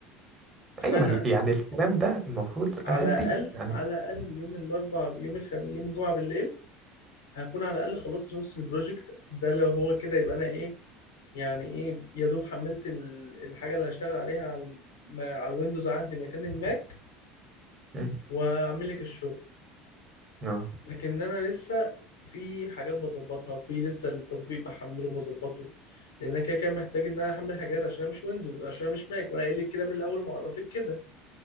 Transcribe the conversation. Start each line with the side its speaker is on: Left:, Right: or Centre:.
Left: فانا
Right: ايوه ما ال- يعني الكلام ده المفروض
Left: على
Right: اهديه
Left: الاقل
Right: يعني
Left: على الاقل يوم الاربعاء يوم الخميس يوم الجمعه بالليل هكون على الاقل خلصت نص البروجكت ده لو هو كده يبقى انا ايه يعني ايه يا دوب حملت ال- الحاجه اللي هشتغل عليها على الم- على الويندوز عندي مكان الماك
Right: امم
Left: واعمل لك الشغل
Right: اه
Left: لكن انا لسه في حاجات بظبطها في لسه التطبيق بحمله وبظبطه لان انا كده كده محتاج ان انا احمل حاجات عشان انا مش ويندوز عشان انا مش ماك وانا قايل لك كده من الاول ومعرفك كده